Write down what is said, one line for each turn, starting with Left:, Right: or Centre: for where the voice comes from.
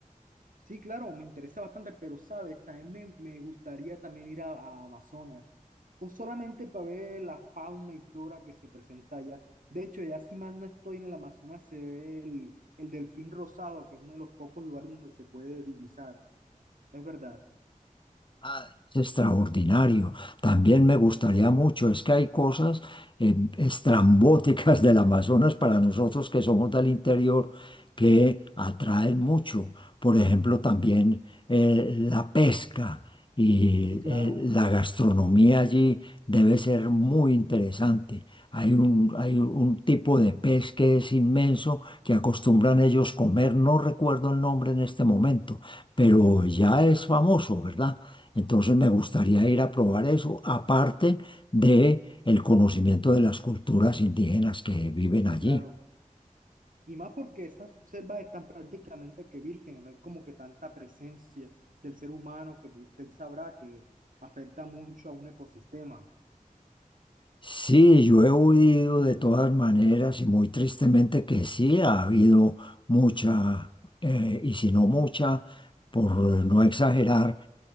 Right: Sí, claro, me interesa bastante, pero sabes, también me, me gustaría también ir a, a Amazonas. o solamente para ver la fauna y flora que se presenta allá. De hecho, ya si mal no estoy en el Amazonas, se ve el, el delfín rosado, que es uno de los pocos lugares donde se puede divisar. Es verdad.
Left: Ah, Es extraordinario. También me gustaría mucho, es que hay cosas eh, estrambóticas del Amazonas para nosotros que somos del interior que atraen mucho. Por ejemplo, también eh, la pesca y
Right: Sí, claro,
Left: eh, la gastronomía allí debe ser muy interesante. Hay un, hay un tipo de pez que es inmenso que acostumbran ellos comer, no recuerdo el nombre en este momento, pero ya es famoso, ¿verdad? Entonces me gustaría ir a probar eso, aparte de el conocimiento de las culturas indígenas que viven
Right: sí,
Left: allí.
Right: claro. Y más porque esas selvas están prácticamente que vírgenes, no hay como que tanta presencia del ser humano que usted sabrá que afecta mucho a un ecosistema.
Left: Sí, yo he oído de todas maneras y muy tristemente que sí ha habido mucha, eh, y si no mucha, por no exagerar,